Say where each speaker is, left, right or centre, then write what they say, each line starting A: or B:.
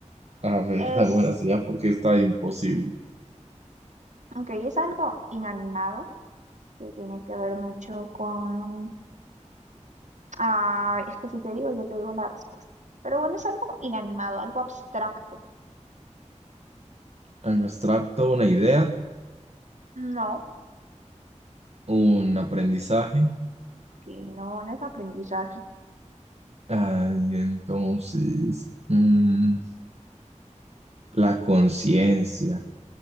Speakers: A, on the right; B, on the right.
A: A ver,
B: es,
A: <laughs> dame una señal porque está imposible.
B: aunque es algo inanimado, que tiene que ver mucho con... Ah, es que si te digo, yo te digo la respuesta. Pero bueno, es algo inanimado, algo abstracto.
A: Ay, me abstracto una idea,
B: No,
A: un aprendizaje.
B: que no, no es aprendizaje.
A: Ah, y entonces, mm, la conciencia,